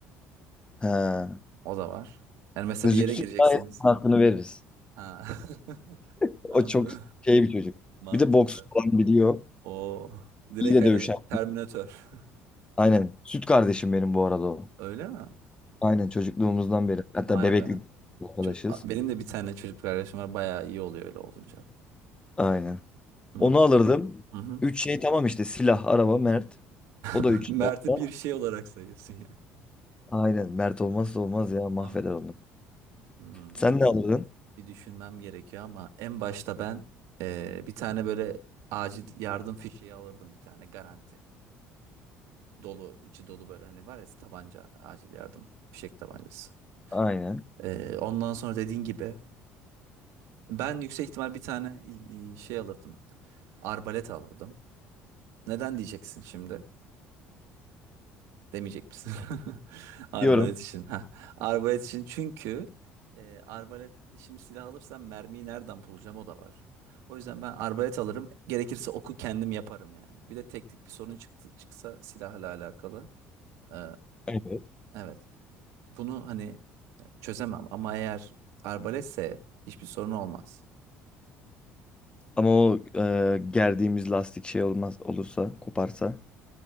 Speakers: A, on the left (about 20°); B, on the right (about 75°).
A: He.
B: O da var. Yani mesela
A: Gözüksün
B: bir yere gireceksiniz.
A: gayet hakkını veririz.
B: Ha. <laughs>
A: O
B: Anladım.
A: çok şey bir çocuk.
B: Mantıklı.
A: Bir de boks falan biliyor.
B: O direkt
A: İyi de
B: hani
A: dövüşen.
B: Terminator.
A: Aynen. Süt kardeşim benim bu arada o.
B: <laughs> Öyle mi?
A: Aynen çocukluğumuzdan beri. Hatta
B: Vay
A: bebeklik
B: be.
A: arkadaşız.
B: Çö- Benim de bir tane çocuk kardeşim var. Bayağı iyi oluyor öyle olunca.
A: Aynen.
B: Hmm.
A: Onu alırdım.
B: Hı hı.
A: Üç şey tamam işte silah, araba, Mert. O da
B: <laughs>
A: üç
B: Mert'i
A: şey. olsa.
B: bir şey olarak sayıyorsun ya.
A: Aynen. Mert olmazsa olmaz ya mahveder
B: Anladım.
A: onu.
B: Hmm.
A: Sen ne alırdın?
B: Bir düşünmem gerekiyor ama en başta ben eee, bir tane böyle acil yardım fişeği alırdım bir tane garanti. Dolu, içi dolu böyle hani var ya tabanca acil yardım fişek tabancası.
A: Aynen.
B: Eee, ondan sonra dediğin gibi ben yüksek ihtimal bir tane i- i- şey alırdım. Arbalet alırdım. Neden diyeceksin şimdi? Demeyecek misin? <laughs> Arbalet
A: Diyorum.
B: için. Ha. Arbalet için çünkü e, arbalet şimdi silah alırsam mermiyi nereden bulacağım o da var. O yüzden ben arbalet alırım. Gerekirse oku kendim yaparım yani. Bir de teknik bir sorun çıktı, çıksa silahla alakalı. Ee,
A: Evet.
B: evet. Bunu hani çözemem ama eğer arbaletse hiçbir sorun olmaz.
A: Ama o e, gerdiğimiz lastik şey olmaz olursa koparsa.